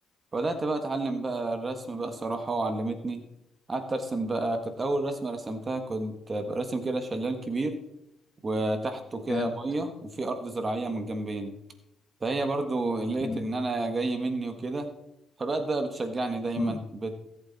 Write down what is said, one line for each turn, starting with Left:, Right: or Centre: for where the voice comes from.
Right: بدأت بقى أتعلم بقى الرسم بقى صراحة وعلمتني قعدت أرسم بقى كانت أول رسمة رسمتها كنت برسم كده شلال كبير وتحته كده
Left: جامد.
Right: مية وفي أرض زراعية من الجنبين فهي برضو لقيت
Left: مم.
Right: إن أنا جاي مني وكده فبقت بقى بتشجعني دايما
Left: مم.
Right: بت...